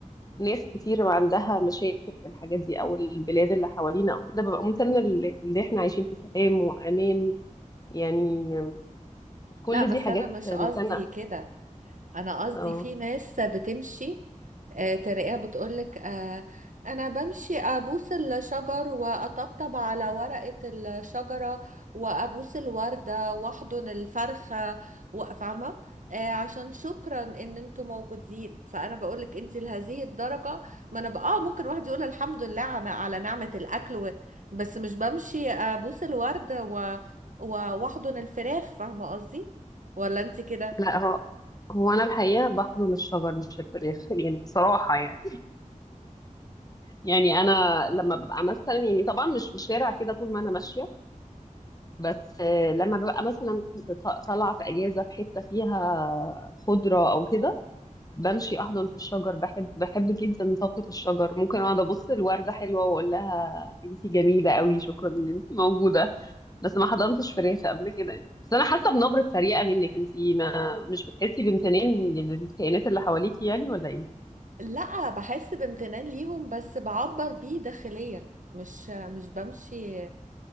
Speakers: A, on the left (about 25°); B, on the right (about 70°).
A: ناس كتير عندها مشاكل في الحاجات دي او البلاد اللي حوالينا او كده ببقى ممتنه لل- اللي احنا عايشين في سلام وامان يعني كل
B: لا بس
A: دي حاجات
B: انا مش
A: ممتنه
B: قصدي كده انا قصدي
A: اه
B: في ناس بتمشي آه، تلاقيها بتقولك آه، انا بمشي ابوس الشجر واطبطب على ورقة الشجرة وابوس الوردة واحضن الفرخة و- فاهمة آه، عشان شكرا ان انتوا موجودين فانا بقولك انت لهذه الدرجة ما انا بقى آه، ممكن واحد يقول الحمد لله على على نعمة الاكل و- بس مش بمشي ابوس الوردة و- و- واحضن الفراخ فاهمة قصدي ولا انت كده
A: لا هو هو انا الحقيقه بحضن الشجر مش الفراخ <laughs> يعني بصراحه يعني يعني انا لما ببقى مثلا يعني طبعا مش في الشارع كده طول ما انا ماشيه بس آه، لما ببقى مثلا في- طالعه في اجازه في حته فيها خضره او كده بمشي احضن في الشجر بحب بحب جدا طاقة الشجر ممكن اقعد ابص الوردة حلوة واقول لها انتي جميلة قوي شكرا ان انتي موجودة بس ما حضنتش فراخ قبل كده بس انا حاسة بنبرة تريقة منك انتي ما مش بتحسي بامتنان للكائنات اللي حواليكي يعني ولا ايه
B: لا بحس بامتنان ليهم بس بعبر بيه داخليا مش مش بمشي